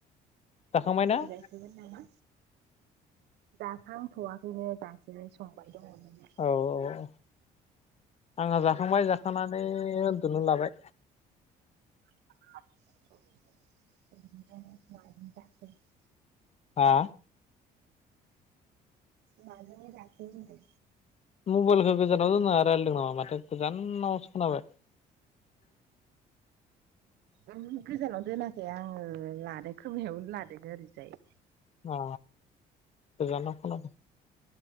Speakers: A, on the left; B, on the right.
A: जाखांबायना
B: रालायजासिगोन नामा जाखांथ'वा बेनो दासो संबाय दंङो जोंहा।
A: अ-अ आंहा जाखांबाय जाखांनानै उन्दुनो लाबाय।
B: <unintelligible>
A: हा
B: मादोबा जाखो होनदो।
A: मबाइलखो गोजानाव दोना रायलायदों नामा माथो गोजानावसो खोनाबाय। <inaudible>
B: उम गोजानाव दोनाखै आङो लादों खोमायावनो लादों ओरैजाय।
A: अ गोजानाव खोनादों